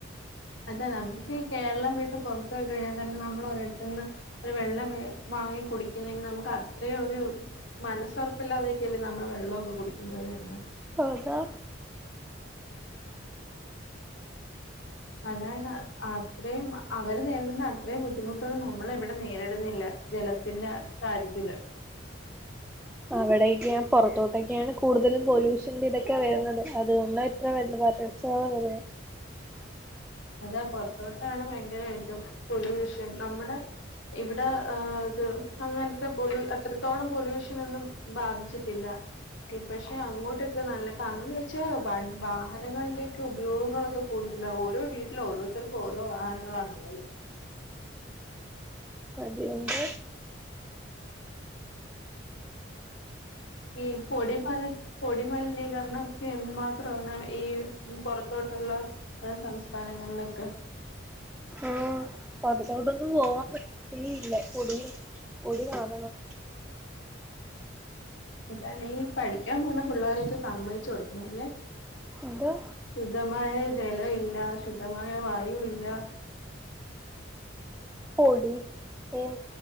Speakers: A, on the left; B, in the centre.
A: അതെ നമ്മുക്ക് കേരളം വീട്ട് പുറത്തത്ത് വ കഴിഞ്ഞാൽ കാരണം നമ്മൾ ഒരിടുത്തുന്ന് ഒരു വെള്ളം വാങ്ങി കുടിക്കുന്നെങ്കിൽ നമുക്ക് അത്ര ഒരു മനസ്സുറപ്പില്ലാതെയൊക്കെയല്ലേ നമ്മുടെ വെള്ളമൊക്കെ കുടിക്കുന്നത് തന്നെ
B: ഹതാ
A: അതാണ് അത്രയും അവര് നേ അന്ന് അത്രേ ബുദ്ധിമുട്ടൊന്നും നമ്മൾ ഇവിടെ നേരിടുന്നില്ല ജലത്തിന്റെ കാര്യത്തില്
B: അവിടൊക്ക പുൊറത്തോട്ടൊക്കെയാണ് കൂടുതലും പൊല്യൂഷൻന്റെ ഇതൊക്കെ ക്കെ വരുന്നത് അതുകൊണ്ട ഇത്ര വല്ല വരച്ചാണ് വര
A: അതാ പൊറത്തോട്ടാണ് ഭയങ്കരമായിട്ടും പൊല്യൂഷൻ നമ്മുടെ ഇവിടെ ഇത് അങ്ങനത്തെ പൊല്യൂ അത്രത്തോളം പൊല്യൂഷനൊന്നും ബാധിച്ചിട്ടില്ല പക്ഷെ അങ്ങോട്ടൊക്കെ നല്ല കാരണം വെച്ചാൽ വ വാഹനങ്ങളുടെൊക്കെ ഉപയോഗങ്ങളൊക്കെ കൂടുത ഓരോ വീട്ടില ഓരോരുത്തർക്കും ഓരോ വാഹനങ്ങളാണള്ളത്
B: അതുകൊണ്ട്
A: ഈ പൊടിമല പൊടി മലിനീകരണം ഒക്കെ എന് മാത്രമാണ് ഈ പുൊറത്തോട്ട് ുള്ള സംസ്ഥാനങ്ങളിലൊക്കെ
B: ഉം പുൊറത്തോട്ടൊന്നും പോവാൻ പ ഇല്ല പൊടി പൊടി കാണണം
A: അതാണ് ഈ പഠിക്കാൻ പോന്ന പിള്ളോരെയൊക്കെ സമ്മതിച്ചു കൊടുക്കുന്നത് അല്ലേ
B: എന്തോ
A: സുധമാ ജല ഇല്ല ശുദ്ധമായ വായുവ ഇല്ല
B: പൊടം